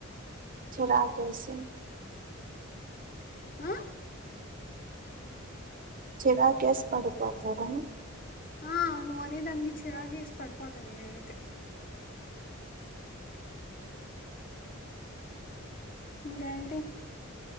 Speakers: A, on the right (about 40°); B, on the left (about 45°).
A: చలాకిసిన్
B: ఆ
A: చిరా కేేస్ పడిపోతారు.
B: ఆ నువ్వు అనే దానికి చిరాకేసి పడిపోతాది నేనయితే ఇంకెంటి